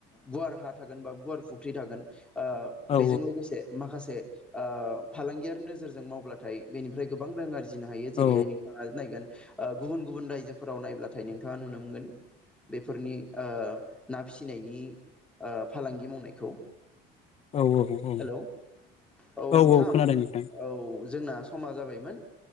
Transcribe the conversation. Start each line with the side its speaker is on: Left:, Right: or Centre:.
Centre: गुवार हा थागोन बा गुवार फुख्रि थागोन ओ
Left: औ
Centre: बेजों लोगोसे माखासे ओ फालांगियारि नोजोरजों मावब्ला थाय बेनिफ्राय गोबां रां आरजि जिनो हायो जेरैहाय
Left: औ
Centre: नोंथाङा नायगोन ओ गुबुन गुबुन रायजोफोराव नायब्लाथाय नोंथाङा नुनो मोनगोन बेफोरनि ओ ना फिसिनायनि ओ फालांगि मावनायखौ
Left: औ औ
Centre: हेल' औ
Left: औ
Centre: नोंथां
Left: औ खोनादों नोंथां
Centre: औ जोंना समा जाबायमोन।